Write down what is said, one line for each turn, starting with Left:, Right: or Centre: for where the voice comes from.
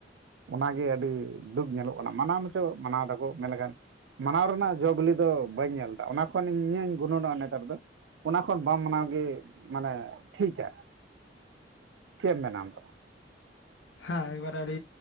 Right: ᱚᱱᱟᱜᱮ ᱟᱹᱰᱤ ᱫᱩᱠ ᱧᱮᱞᱚᱜ ᱠᱟᱱᱟ ᱢᱟᱱᱟᱣ ᱢᱟᱪᱚ ᱢᱟᱱᱟᱣ ᱮᱫᱟᱠᱚ ᱢᱮᱱ ᱞᱮᱠᱷᱟᱱ ᱢᱟᱱᱟᱣ ᱨᱮᱱᱟᱜ ᱡᱚ ᱵᱤᱞᱤ ᱫᱚ ᱵᱟᱹᱧ ᱧᱮᱞ ᱮᱫᱟ ᱚᱱᱟ ᱠᱷᱚᱱ ᱤᱧ ᱤᱧᱟᱹᱧ ᱜᱩᱱᱟᱹᱱ ᱱᱚᱜᱼᱟ ᱱᱮᱛᱟᱨ ᱫᱚ ᱚᱱᱟ ᱠᱷᱚᱱ ᱵᱟᱢ ᱢᱟᱱᱟᱣ ᱜᱮ ᱢᱟᱱᱮ ᱴᱷᱤᱠᱼᱟ ᱪᱮᱫ ᱮᱢ ᱢᱮᱱᱟ ᱟᱢ ᱫᱚ
Left: ᱦᱮᱸ ᱮᱠᱵᱟᱨ ᱟᱹᱰᱤ